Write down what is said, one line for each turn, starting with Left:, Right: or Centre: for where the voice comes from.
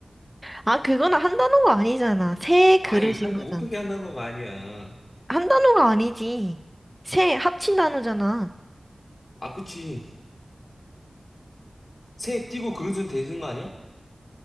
Centre: 아, 그건 한 단어가 아니잖아. 새 그릇인
Left: 아이 한
Centre: 거잖아.
Left: 어떻게 한다는 거 아니야?
Centre: 한 단어가 아니지. 새 합친 단어잖아.
Left: 아, 그치. 새 띄고 그릇은 되는 거 아니야?